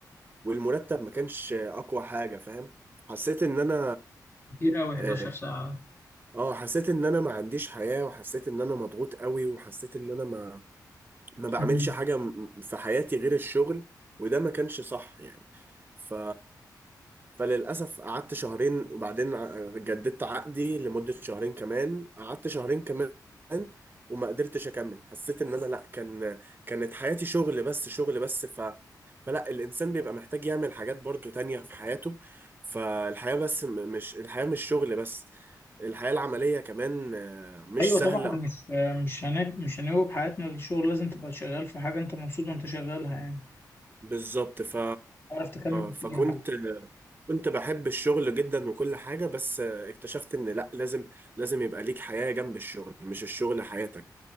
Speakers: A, on the right; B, on the left.
A: والمرتب ما كانش اقوى حاجة فاهم حسيت ان انا
B: كتير قوي
A: اه
B: 11 ساعة
A: آه، حسيت ان انا ما عنديش حياة وحسيت ان انا مضغوط قوي وحسيت ان انا ما ما بعملش
B: مم.
A: حاجة م- في حياتي غير الشغل وده ما كانش صح يعني ف فللأسف قعدت شهرين وبعدين ع- جددت عقدي لمدة شهرين كمان قعدت شهرين كمان وما قدرتش أكمل حسيت إن أنا لأ كان كانت حياتي شغل بس شغل بس ف فلا الإنسان بيبقى محتاج يعمل حاجات برضو تانية في حياته فالحياة بس م- مش الحياة مش شغل بس الحياة العملية كمان آه، مش
B: ايوه
A: سهلة
B: طبعا مش مش هنب... مش هنوب حياتنا للشغل لازم تبقى شغال في حاجة انت مبسوط وانت شغالها يعني
A: بالظبط ف
B: تعرف تكمل
A: فكنت
B: فيها على-
A: كنت بحب الشغل جدا وكل حاجة بس اكتشفت ان لا لازم لازم يبقى ليك حياة جنب الشغل مش الشغل حياتك